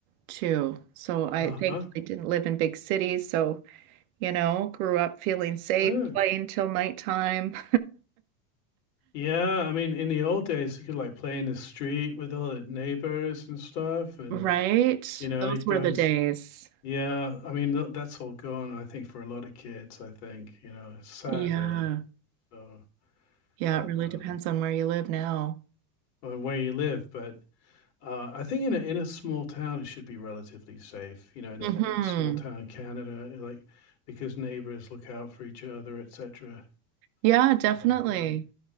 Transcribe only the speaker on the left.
Uh-huh.
Yeah.
Yeah, I mean, in the old days, you could like play in the street with all the neighbors and stuff,
and
you know,
you'd go
and
see. Yeah, I mean th that's all gone. I think for a lot of kids, I think you know, it's sad
really. So,
but
um,
or where you live, but uh, I think in a in a small town, it should be relatively safe. You know, in
a, a small town in Canada, like because neighbors look out for each other, etc.
Uh, yeah,